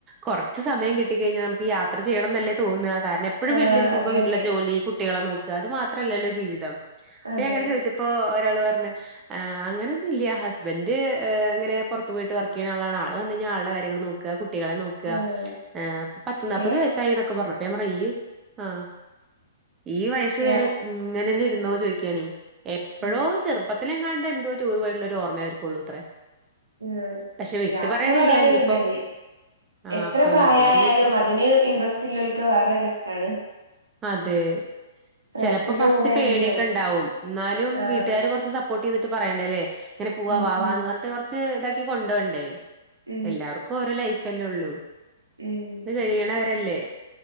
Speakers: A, on the right; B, on the right.
A: കൊറച്ച് സമം
B: ഉം
A: കിട്ടി കഴിഞ്ഞാ നമക്ക് യാ യാത്ര ചെയ്യണന്നല്ലേ തോന്ന കാരണം എപ്പോഴും
B: ആഹ്
A: വീട്ടിരിക്കുമ്പോ
B: അതെ
A: വീട്ടിലത്തെ
B: അതെ
A: ജോലി കു കുട്ടികളെ നോക്ക അത് മാത്രല്ലല്ലോ ജീവിതം ഇപ്പൊ
B: അതെ
A: ഞാന് ഇങ്ങനെ ചോയിച്ചപ്പോ ഒരാള് പറഞ്ഞ് ഏ അങ്ങനൊന്നുല്ല ഹബന്റ് ഇങ്ങനെ പുറത്ത് പോയിട്ട് വർക്ക് ചെയ്യ്ണ ആളാണ് ആള് വന്ന കഴിഞ്ഞാൽ ആളുടെ കാര്യങ്ങൾ നോക്ക നോക്കാ കുട്ടികളെ നോക്ക
B: ആഹ്
A: ഏ പത്ത്
B: പക്ഷെ
A: നാല്പ്പത് വയസ്സായി എന്നൊക്കെ പറഞ്ഞു അപ്പൊ ഞാന് പറഞ്ഞ് ഈ ആഹ് ഈ വയസ്
B: യാ
A: വേരെ ഇങ്ങനെന്നെരുന്നോ ചോയിക്കാണി എപ്പഴോ
B: ഉം
A: ചെറുപ്പത്തിലെങ്ങാണ്ട് എന്തോ ടൂറ് പോയിട്ടുള്ള ഒരു ഓർമ്മയേ അവര്ക്കൊള്ളൂ അത്രേ
B: ഉം
A: പക്ഷെ വിട്ട്
B: യാത്ര
A: പറയണില്ല
B: വേറെരിതല്ലേ
A: ഇനിയിപ്പോ ആ
B: എത്ര
A: അപ്പൊ
B: പ്രായായാലും
A: വീട്ടുകാര് ഇനിയിപ്പോ
B: അ അതിന് ഇട്രസ്റ്റ് ഇല്ലോൽക്ക് വേറെരു രസാണ്
A: അതെ
B: ഫ്രണ്ട്സിന്റെ
A: ചെപ്പോ ഫസ്റ്റ്
B: കൂടെ
A: പേടിയൊക്കെ
B: ആണെങ്കിലും
A: ഇണ്ടാവും എന്നാലും
B: ആഹ്
A: വീട്ടുകാര് കൊറച്ച് സപ്പോട്ട് ചെയ്തിട്ട് പറയണ്ടല്ലേ ഇങ്ങനെ പോവാ
B: ഉം
A: വാവാ
B: ഉം
A: എന്ന് പറഞ്ഞിട്ട് കൊറച്ച് ഇതാക്കി കൊണ്ടോണ്ടെ
B: ഉം
A: എല്ലാവർക്കും ഓരോ ലൈഫല്ലേ ഒള്ളു
B: ഉം
A: കയ്യിണവരല്ലേ